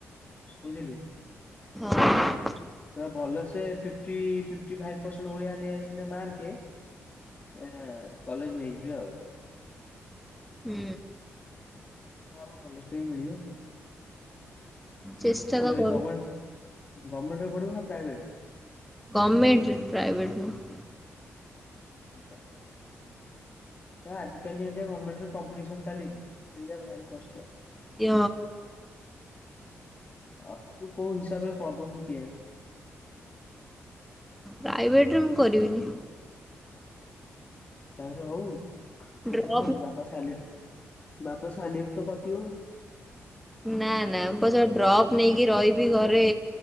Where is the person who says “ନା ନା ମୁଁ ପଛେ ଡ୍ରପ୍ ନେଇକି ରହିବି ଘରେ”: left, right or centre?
Centre